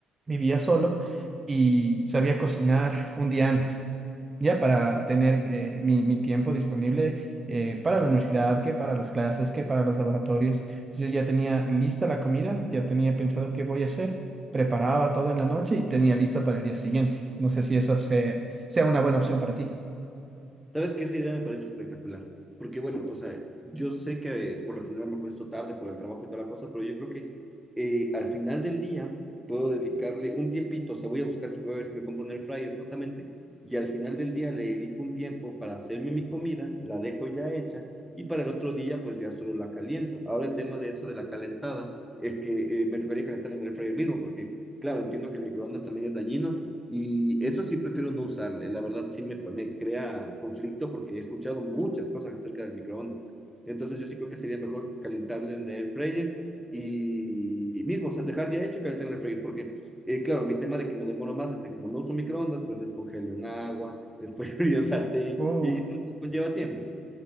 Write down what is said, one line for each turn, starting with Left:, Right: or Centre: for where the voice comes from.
Right: vivía solo y sabía cocinar un día antes, ya para tener eh, mi, mi tiempo disponible eh, para la universidad, que para las clases, que para los laboratorios. Entonces, yo ya tenía lista la comida, ya tenía pensado qué voy a hacer, preparaba todo en la noche y tenía listo para el día siguiente. No sé si eso se- sea una buena opción para ti.
Centre: Sabes que esa idea me parece espectacular, porque bueno, o sea, yo sé que eh, por lo general me acuesto tarde por el trabajo y toda la cosa, pero yo creo que eh, al final del día puedo dedicarle un tiempito, o sea, voy a buscar si me, voy a ver si me compro un air fryer justamente, y al final del día le dedico un tiempo para hacerme mi comida, la dejo ya hecha, y para el otro día pues ya solo la caliento. Ahora el tema de eso de la calentada es que eh, me tocaría calentar en el air fryer mismo, porque claro, entiendo que el microondas también es dañino, y eso sí prefiero no usarle. La verdad sí me, me crea conflicto porque he escuchado muchas cosas acerca del microondas. Entonces yo sí creo que sería mejor calentarle en el fryer y, y mismo, o sea, dejar ya hecho y calentar en el freír, porque, eh, claro, mi tema de que me demoro más, así como no uso microondas, pues descongelo en agua, <laughs> después frío sartén,
Right: Uh,
Centre: y, y todo eso conlleva tiempo.